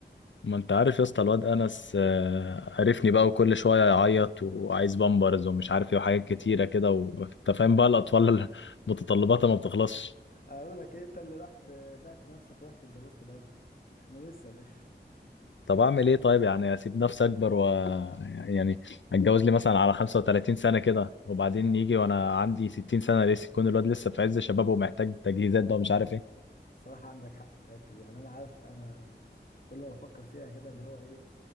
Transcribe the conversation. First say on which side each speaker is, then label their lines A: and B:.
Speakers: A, on the left; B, on the left.
A: ما انت عارف يا اسطى الواد انس آه، عرفني بقى وكل شويه يعيط وعايز بامبرز ومش عارف ايه وحاجات كتيره كده وانت فاهم بقى الاطفال <laughs> متطلباتها ما بتخلصش
B: اقول لك ايه انت اللي رحت بعت نفسك ورحت اتجوزت بدري احنا لسه يا باشا
A: طب اعمل ايه طيب يعني اسيب نفسي اكبر و يعني اتجوز لي مثلا على 35 سنه كده وبعدين يجي وانا عندي 60 سنه لسه يكون الواد لسه في عز شبابه ومحتاج تجهيزات بقى ومش عارف ايه
B: الصراحة عندك حق في الحتة دي يعني انا عارف انا كل ما بفكر فيها كده اللي هو ايه